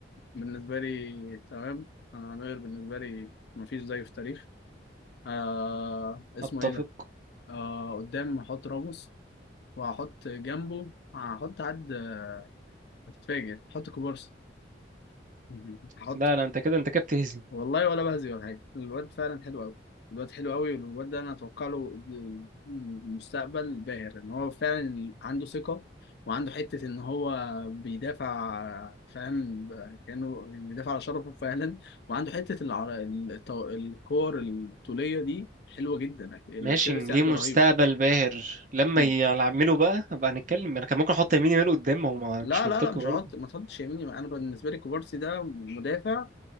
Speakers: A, on the left (about 60°); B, on the right (about 40°).
A: بالنسبه لي تمام انا نوير بالنسبه لي مفيش زيه في التاريخ آه اسمه
B: اتفق
A: ايه ده آه قدام هحط راموس وهحط جنبه هحط حد آه، هتتفاجئ هحط كوبارسي <laughs> هحط
B: لا لا انت كده انت كده بتهزي
A: والله ولا بهزي ولا حاجة الواد فعلا حلو أوي الواد حلو أوي والواد ده أنا أتوقع له مستقبل باهر إن هو فعلا عنده ثقة وعنده حتة إن هو بيدافع فاهم كأنه بيدافع على شرفه فعلا وعنده حتة الع- الطو- الكور الطولية دي حلوة جدا الأكيرسي
B: ماشي ليه
A: عنده
B: مستقبل
A: رهيب
B: باهر لما
A: مم.
B: يعملوا بقى هبقى هنتكلم انا كان ممكن احط لامين يامال قدام هو ما-
A: لا
B: مش منطقي
A: لا لا مش
B: برضه
A: هحط ما تحطش يميني أنا بالنسبة لي كوبارسي ده مدافع